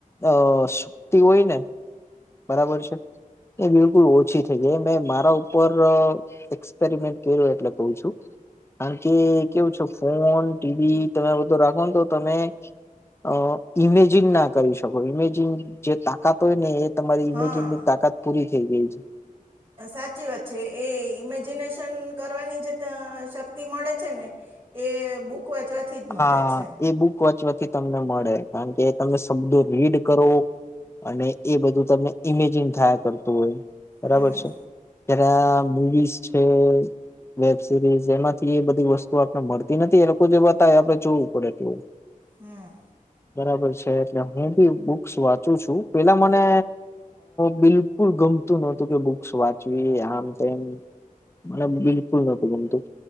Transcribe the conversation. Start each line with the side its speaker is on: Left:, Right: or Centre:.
Left: અ સુક્તિ હોય ને બરાબર છે. એ બિલકુલ ઓછી થઈ ગઈ, મેં મારા ઉપર એક્સપેરિમેન્ટ કર્યો એટલે ક છું કારણ કે, કેવું છે ફોન ટીવી તમે બધો રાખો ને તો તમે અ ઈમેજિન ના કરી શકો, ઈમેજિન જે તાકાત હોય ને એ તમારી
Right: હા
Left: ઇમેજની તાકાત પૂરી થઈ ગઈ છે.
Right: સાચી વાત છે, એ ઈમેજિનેશન કરવાની જે શક્તિ મળે છે ને એ બુક વાંચવાથી જ મળે
Left: હા,
Right: છે
Left: એ બુક વાંચવાથી તમને મળે કારણ કે તમે શબ્દો રીડ કરો અને એ બધું તમને ઈમેજિન થયા કરતું હોય બરાબર
Right: હમ
Left: છે. જ્યારે મુવીઝ છે. વેબ સિરીઝ, એમાંથી એ બધી વસ્તુ આપને મળતી નથી એ લોકો જો આપડે જોવું પડે તું
Right: હમ
Left: બરાબર છે, એટલે હું બી બુક્સ વાંચું છું પેલા મને બિલ કુલ ગમતું નહોતું, કે બુક્સ વાંચવી આમ, તેમ મને બિલકુલ નહોતું ગમતું